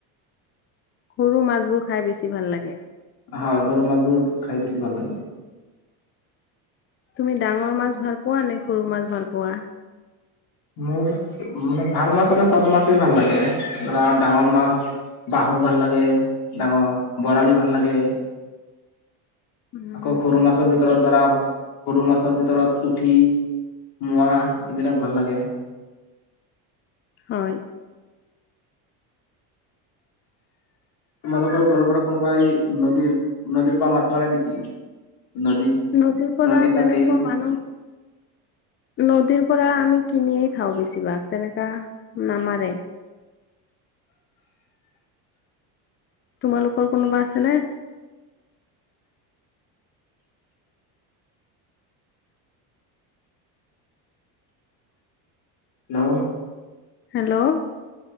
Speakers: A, on the left; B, on the left.
A: সৰু মাছবোৰ খাই বেছি ভাল লাগে
B: হয় সৰু মাছবোৰ খাই বেছি ভাল লাগে
A: তুমি ডাঙৰ মাছ ভাল পোৱা নে সৰু মাছ ভাল পোৱা
B: মোৰ মানে ভাল মাছ হ'লে চব মাছেই ভাল লাগে ধৰা ডাঙৰ মাছ বাহু ভাল লাগে ডাঙৰ বৰালি ভাল লাগে
A: উম,
B: আকৌ সৰু মাছো বশু ধৰা সৰু মাছৰ ভিতৰত পুঠি মোৱা এইবিলাক ভাল লাগে
A: হয়
B: তোমালোকৰ ঘৰৰ পৰা কোনোবাই নদীৰ নদীৰ পৰা মাছ মাৰে নেকি নদী
A: নদীৰ পৰা
B: নদী বা
A: তেনেকুৱা
B: বিল
A: মানুহ নদীৰ পৰা আমি কিনিয়ে খাওঁ বেছিভাগ তেনেকা নামাৰে তোমালোকৰ কোনোবা আছেনে
B: হেল্ল'
A: হেল্ল'